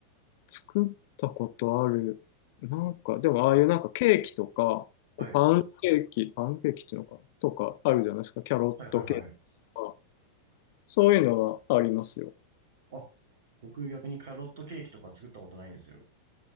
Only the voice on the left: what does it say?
作ったことある、なんか、でもああいうなんかケーキとか、
こうパンケーキ、パンケーキっていうのかなとかあるじゃないですか、キャロットケーキとか、
そういうのはありますよ。